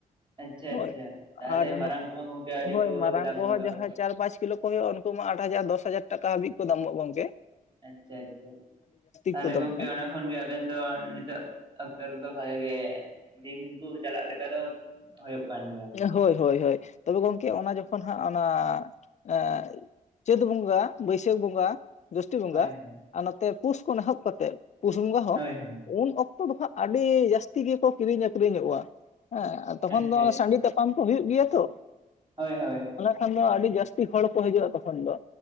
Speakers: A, on the right; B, on the left.
A: ᱟᱪᱪᱷᱟ
B: ᱦᱳᱭ
A: ᱟᱪᱪᱷᱟ ᱛᱟᱦᱚᱞᱮ
B: ᱟᱨ
A: ᱢᱟᱨᱟᱝ ᱠᱚᱢᱟ ᱜᱚᱝᱠᱮ ᱟᱹᱰᱤ
B: ᱦᱳᱭ
A: ᱠᱚ
B: ᱢᱟᱨᱟᱝ
A: ᱫᱟᱢ
B: ᱠᱚᱦᱚᱸ
A: ᱜᱚᱫᱚᱜᱼᱟ
B: ᱡᱟᱦᱟᱸᱭ ᱪᱟᱨ ᱯᱟᱸᱪ ᱠᱤᱞᱳ ᱠᱚ ᱦᱩᱭᱩᱜᱼᱟ ᱩᱱᱠᱩ ᱢᱟ ᱟᱴ ᱦᱟᱡᱟᱨ ᱫᱚᱥ ᱦᱟᱡᱟᱨ ᱴᱟᱠᱟ ᱦᱟᱹᱵᱤᱡ ᱠᱚ ᱫᱟᱢᱚᱜᱼᱟ ᱜᱚᱢᱠᱮ
A: ᱟᱪᱪᱷᱟ ᱟᱪᱪᱷᱟ ᱛᱟᱦᱞᱮ
B: ᱜᱮᱠᱚ ᱫᱟᱢᱚᱜᱼᱟ
A: ᱜᱚᱝᱠᱮ ᱚᱱᱟ ᱠᱷᱚᱱ ᱜᱮ ᱟᱵᱮᱱ ᱫᱚ ᱱᱤᱛᱚᱜ ᱚᱠᱛᱚ ᱨᱮᱫᱚ ᱵᱷᱟᱜᱮ ᱜᱮ ᱫᱤᱱ ᱠᱩ ᱪᱟᱞᱟᱜ ᱞᱮᱠᱟ ᱫᱚ ᱦᱳᱭᱳᱜ ᱠᱟᱱ ᱜᱮᱭᱟ
B: ᱦᱳᱭ ᱦᱳᱭ ᱦᱳᱭ ᱛᱚᱵᱮ ᱜᱚᱢᱠᱮ ᱚᱱᱟ ᱡᱚᱠᱷᱚᱱ ᱦᱟᱸᱜ ᱚᱱᱟ ᱮ ᱪᱟᱹᱛ ᱵᱚᱸᱜᱟ ᱵᱟᱹᱭᱥᱟᱹᱠᱷ ᱵᱚᱸᱜᱟ ᱡᱚᱥᱴᱤ ᱵᱚᱸᱜᱟ
A: ᱦᱳᱭ ᱦᱳᱭ
B: ᱟᱨ ᱱᱚᱛᱮ ᱯᱩᱥ ᱠᱚ ᱮᱦᱚᱵ ᱠᱟᱛᱮᱜ ᱯᱩᱥ ᱵᱚᱸᱜᱟ ᱦᱚᱸ
A: ᱦᱳᱭ ᱦᱳᱭ
B: ᱩᱱ ᱚᱠᱛᱚ ᱫᱚ ᱦᱟᱸᱜ ᱟᱹᱰᱤ ᱡᱟᱹᱥᱛᱤ ᱜᱮᱠᱚ ᱠᱤᱨᱤᱧ ᱟᱹᱠᱷᱨᱤᱧᱚᱜᱼᱟ ᱦᱮᱸ ᱛᱚᱠᱷᱚᱱ
A: ᱟᱪᱪᱷᱟ
B: ᱫᱚ
A: ᱟᱪᱪᱷᱟ
B: ᱥᱟᱺᱰᱤ ᱛᱟᱯᱟᱢ ᱠᱚ ᱦᱩᱭᱩᱜ ᱜᱮᱭᱟ ᱛᱚ
A: ᱦᱳᱭ ᱦᱳᱭ
B: ᱠᱷᱚᱱ ᱫᱚ ᱟᱹᱰᱤ ᱡᱟᱹᱥᱛᱤ ᱦᱚᱲ ᱠᱚ ᱦᱤᱡᱩᱜᱼᱟ ᱛᱚᱠᱷᱚᱱ ᱫᱚ